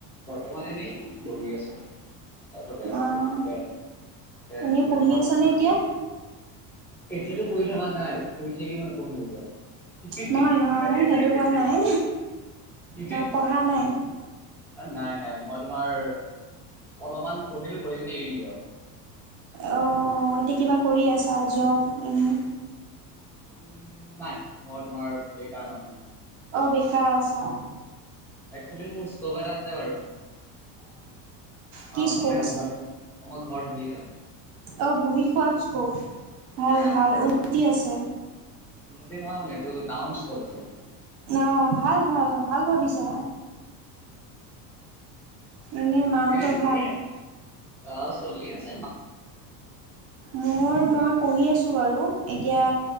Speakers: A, in the centre; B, on the right (about 60°).
A: <unintelligible> এনেই বহি আছোঁ তাৰ বজাই আছিলো
B: অ'
A: দেন দেন
B: এনেই পঢ়ি
A: তোমাৰ
B: আছানে এতিয়া?
A: এতিয়াতো কৰি থকা নাই শুই থাকি মই নপঢ়ো এতিয়াও
B: নহয় নহয় সেইটো কোৱা নাই। ন' পঢ়া
A: <unintelligible>
B: নাই।
A: নাই নাই। নাই মই তোমাৰ অলপমান পঢ়িলো পঢ়ি পিনি এৰি দিওঁ আৰু
B: অ এতিয়া কিবা কৰি আছা জব এনেই
A: উম নাই মই তোমাৰ বেকাৰ মানুহ
B: অ', বিক আছা
A: একছোৱেলি মোৰ স্কপ এটা আছে বাৰু অ
B: কি স্কোপ
A: মই মানে
B: আছে?
A: তোমাৰ ঘৰত বহি খাম
B: অ বহি খোৱা ভাল
A: ইয়া
B: ভাল উন্নতি আছে
A: <unintelligible> আছে
B: অ ভাল ভাল ভ ভাল ভাবিছা এনে মাহঁতৰ
A: এনেই তুমি
B: ভাল।
A: অ', চলি আছ
B: মোৰ
A: বাকী
B: মই পঢ়ি আছো বাৰু। এতিয়া